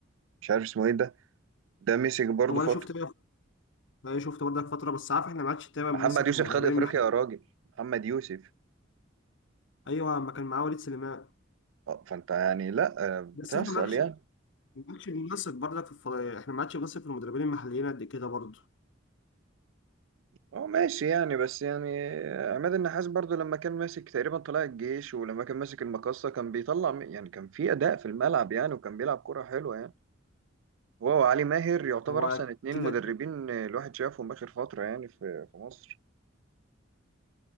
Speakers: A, on the right; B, on the left.
A: مش عارف اسمه ايه ده ده مسك برضو
B: هو
A: فتره
B: انا شفت ده شفته برضك فترة بس عارف احنا ما عادش دايما
A: محمد
B: بنثق
A: يوسف
B: في المدربين
A: خد افريقيا
B: ما احنا-
A: يا راجل محمد يوسف
B: ايوه ما كان معاه وليد سليمان
A: اه فانت يعني لا آه، بتحصل
B: بس احنا ما عادش
A: يعني
B: ما عادش بنثق برضك في الف... احنا ما عادش بنثق في المدربين المحليين قد كده برضه
A: اه ماشي يعني بس يعني آه، عماد النحاس برضو لما كان ماسك تقريبا طلائع الجيش ولما كان ماسك المقصة كان بيطلع م- يعني كان في أداء في الملعب يعني وكان بيلعب كرة حلوة يعني هو وعلي ماهر يعتبر
B: هو
A: أحسن اتنين
B: كده
A: مدربين آه، الواحد شافهم آخر فترة يعني في في مصر